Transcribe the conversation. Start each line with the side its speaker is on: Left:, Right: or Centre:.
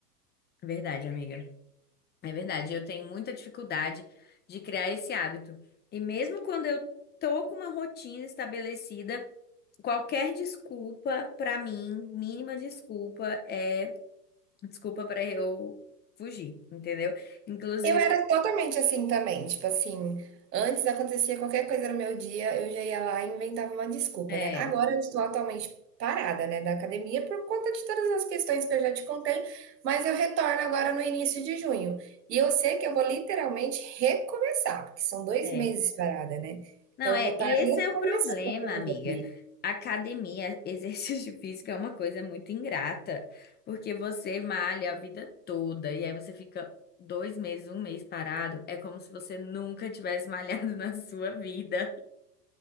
Left: Verdade, amiga. É verdade. Eu tenho muita dificuldade de criar esse hábito. E mesmo quando eu tô com uma rotina estabelecida, qualquer desculpa pra mim, mínima desculpa, é desculpa pra eu fugir, entendeu? Inclusive,
Right: Eu era totalmente assim também, tipo assim, antes acontecia qualquer coisa no meu dia, eu já ia lá e inventava uma desculpa,
Left: é.
Right: né? Agora eu estou atualmente parada, né, da academia por conta de todas as questões que eu já te contei, mas eu retorno agora no início de junho. E eu sei que eu vou literalmente recomeçar, porque são dois
Left: é.
Right: meses parada, né?
Left: Não,
Right: Então
Left: é,
Right: eu vou estar
Left: e
Right: recomeçando
Left: esse é o problema, amiga.
Right: ali.
Left: Academia, exercício <laughs> físico é uma coisa muito ingrata, porque você malha a vida toda e aí você fica dois meses, um mês parado, é como se você nunca tivesse malhado <laughs> na sua vida.